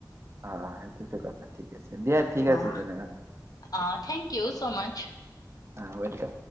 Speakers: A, on the right; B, on the left.
A: অ সেইটোতো কথা ঠিক আছে দিয়া। ঠিক
B: অ
A: আছে তেনেহ'লে।
B: অ থেংক ইউ ছ' মচ।
A: অ ৱেলকাম।